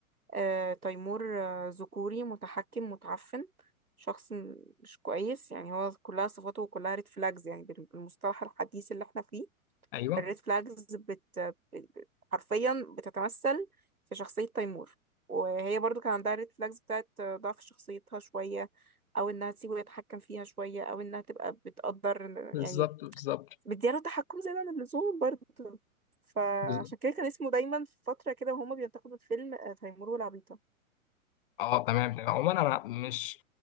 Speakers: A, on the right; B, on the left.
A: آه تيمور آه ذكوري متحكم متعفن شخص م- مش كويس يعني هو كلها صفاته كلها ريد فلاجز يعني بال- بالمصطلح الحديث اللي احنا فيه
B: ايوه
A: الريد فلاجز بت ب- ب- حرفيا بتتمثل في شخصية تيمور وهي برضو كان عندها ريد فلاجز بتاعت آه، ضعف شخصيتها شوية او انها تسيبه يتحكم فيها شوية او انها تبقى بتقدر
B: بالظبط
A: يعني
B: بالظبط
A: مدياله تحكم زيادة عن اللزوم برضه فعشان
B: بالظبط.
A: كده كان اسمه دايما في فترة كده وهما بينتقدوا الفيلم آه، تيمور والعبيطة
B: اه تمام تمام عموما انا مش